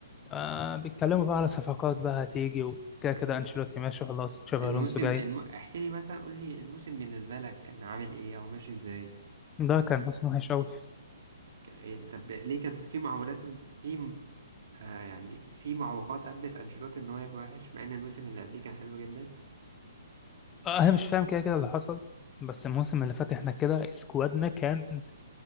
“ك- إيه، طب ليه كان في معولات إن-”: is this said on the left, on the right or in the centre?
Right